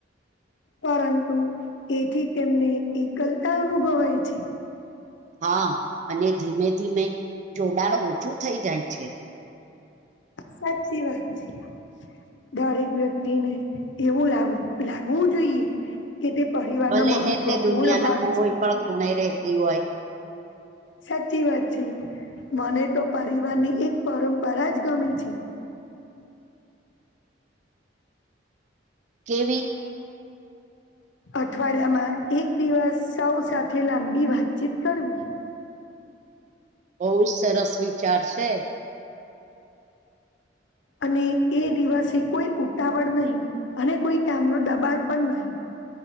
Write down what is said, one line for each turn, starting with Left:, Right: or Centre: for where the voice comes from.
Left: પરંતુ એથી તેમને એકલતા અનુભવાય છે.
Right: હા, અને ધીમે ધીમે જોડાણ ઓછું થઈ જાય છે.
Left: સાચી વાત જી. દરેક વ્યક્તિને એવું લાવું લાવવું જોઈએ કે તે પરિવારનો
Right: ભલે
Left: મહત્વપૂર્ણ
Right: ને તે દુનિયાના
Left: ભાગ
Right: કોઈ
Left: છે. <unintelligible>
Right: પણ ખૂણે રહેતી હોય.
Left: સાચી વાત છે મને તો પરિવાર ની એક પરંપરા જ ગમે છે.
Right: કેવી
Left: અઠવાડિયામાં એક દિવસ સૌ સાથે લાંબી વાતચીત કરવી.
Right: બહુ જ સરસ વિચાર છે.
Left: અને એ દિવસે કોઈ ઉતાવળ નહીં અને કોઈ કામનું દબાણ પણ નહીં.